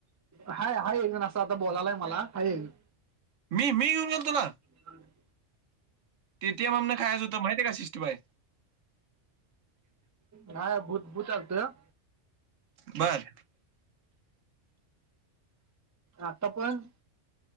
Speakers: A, on the right; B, on the right.
A: हाय हाय एकजण असं आता बोलालाय मला हाय एकजण
B: मी, मी घेऊन गेलतो तुला?
A: हा <unintelligible>
B: टी टी एम एम नं खायाच होत माहिती हाय काय सिक्सटीफाय?
A: नाही भूत भूत आलतं.
B: बर
A: आता पण